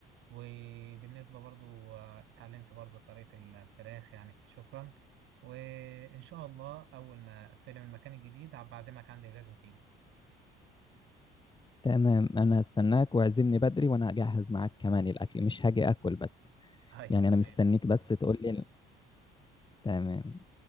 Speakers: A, on the right (about 75°); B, on the left (about 25°).
A: وبالنسبة برضو آه، اتعلمت برضو طريقة الفراخ يعني فشكرا وإن شاء الله أول ما أستلم المكان الجديد هبعزمك عندي ولازم تيجي
B: تمام انا هستناك واعزمني بدري وانا هجهز معاك كمان الاكل مش هاجي اكل بس
A: <laughs> طيب
B: يعني انا
A: تمام
B: مستنيك بس تقول لي تمام